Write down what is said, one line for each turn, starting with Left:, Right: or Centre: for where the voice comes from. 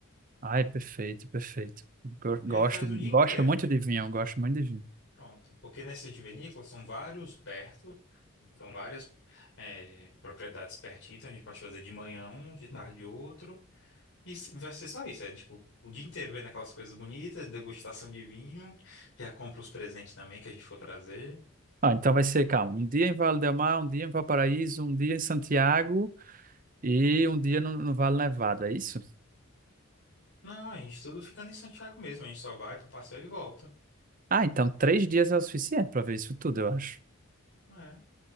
Right: Ai, perfeito, perfeito. Go- Gosto,
Left: Que aí faz o
Right: gosto
Left: dia inteiro.
Right: muito de vinho, gosto muito de vinho.
Left: Pronto. Porque nessas de vinícolas são vários perto, são várias eh, propriedades pertinho, então a gente pode fazer de manhã um, de tarde outro. E vai ser só isso, é tipo, o dia inteiro vendo aquelas coisas bonitas, degustação de vinho, já compra os presentes também que a gente for trazer.
Right: Ah, então vai ser, calma, um dia em Vale del Mar, um dia em Valparaíso, um dia em Santiago e um dia no, no Vale Nevado, é isso?
Left: Não, a gente tudo fica em Santiago mesmo, a gente só vai pro passeio e volta.
Right: Ah, então três dias é o suficiente para ver isso tudo, eu acho.
Left: É.